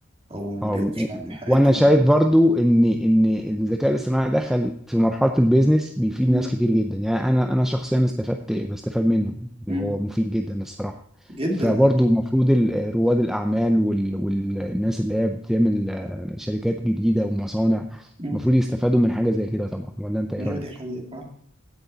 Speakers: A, on the right; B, in the centre.
A: هو ما
B: اه
A: بيقفش
B: و- و-
A: عند حته
B: وانا شايف
A: معينه
B: برضو ان ان الذكاء الاصطناعي دخل في مرحله البيزنس بيفيد
A: أمم،
B: ناس كتير جدا يعني انا انا شخصيا استفدت بستفاد منه وهو
A: أمم.
B: مفيد جدا الصراحه
A: جدا
B: فبرضو المفروض ال- رواد الاعمال وال- والناس اللي هي بتعمل آه، شركات جديده ومصانع
A: أمم.
B: المفروض يستفادوا من حاجه زي كده طبعا ولا انت ايه
A: ايوه
B: رايك؟
A: دي حقيقه فعلا